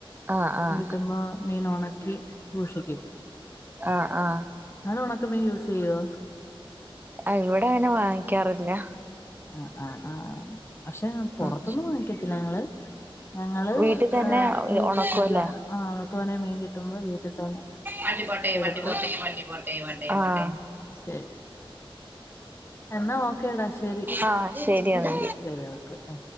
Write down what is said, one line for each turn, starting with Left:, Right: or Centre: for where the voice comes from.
Right: ആഹ് ആഹ്
Left: ട്ടുമ്മോ മീനൊണക്കി സൂക്ഷിക്കും.
Right: ആഹ് ആഹ്
Left: ആണൊ ഒണക്ക മീൻ യൂസ് ചെയ്യോ?
Right: ആഹ് ഇവിടങ്ങനെ വാങ്ങിക്കാറില്ല-
Left: ആഹ് ആഹ് ആഹ് പക്ഷെ പൊറത്ത്ന്നും
Right: ഉം
Left: വാങ്ങിക്കത്തില്ല ഞങ്ങള് ഞങ്ങള്
Right: വീട്ടിൽ തന്നെ
Left: ആഹ് വീട്ടിൽ
Right: ഉണക്കുവല്ലേ
Left: തന്നെ ആഹ് തോനെ മീൻ കിട്ടുമ്പോ വീട്ടിൽ തന്നെ-
Right: വണ്ടി പോട്ടേ
Left: എടുത്ത്
Right: വണ്ടി പോട്ടേ വണ്ടി പോട്ടേ വണ്ടേ പോട്ടേ ആഹ്
Left: ശരി. എന്നാ ഓക്കേടാ ശരി
Right: ആഹ് ശരിയെന്നാ
Left: ശരി ഓക്കെ